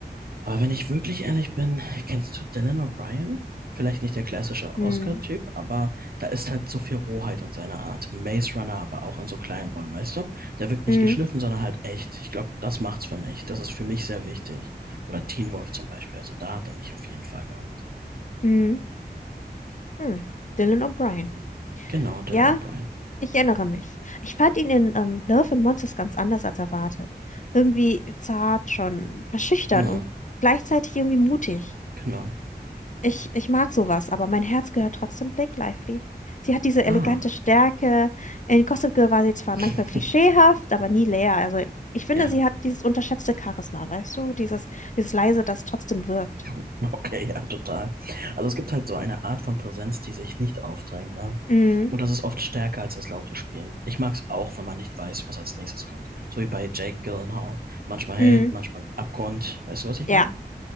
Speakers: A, on the right; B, on the left.
A: Aber wenn ich wirklich ehrlich bin, kennst du Dylan O'Brien? Vielleicht nicht der klassische
B: hm,
A: Oscar-Typ, aber da ist halt so viel Rohheit in seiner Art. In Maze Runner, aber auch in so kleinen Rollen, weißt du? Der wirkt nicht
B: hm,
A: geschliffen, sondern halt echt. Ich glaube, das macht's für mich. Das ist für mich sehr wichtig. Oder Teen Wolf zum Beispiel. Also da hat er mich auf jeden Fall gehabt.
B: hm, hm. Dylan O'Brien.
A: Genau, Dylan
B: Ja,
A: O'Brien.
B: ich erinnere mich. Ich fand ihn in ähm, Love and Monsters ganz anders als erwartet. Irgendwie zart, schon verschüchtern
A: Hm,
B: und gleichzeitig irgendwie mutig.
A: genau.
B: Ich, ich mag sowas, aber mein Herz gehört trotzdem Blake Lively. Sie hat diese elegante
A: Ah.
B: Stärke. In Gossip Girl war sie zwar
A: <laughs>
B: manchmal klischeehaft, aber nie leer. Also ich finde,
A: Ja.
B: sie hat dieses unterschätzte Charisma, weißt du? Dieses, dieses leise, das trotzdem wirkt.
A: <laughs> Okay, ja, total. Also es gibt halt so eine Art von Präsenz, die sich nicht aufdrängt, ne?
B: Mhm.
A: Und das ist oft stärker als das laute Spielen. Ich mag es auch, wenn man nicht weiß, was als nächstes kommt. So wie bei Jake Gyllenhaal. Manchmal
B: Mhm.
A: hält, manchmal abgrund. Weißt du, was ich
B: Ja,
A: meine?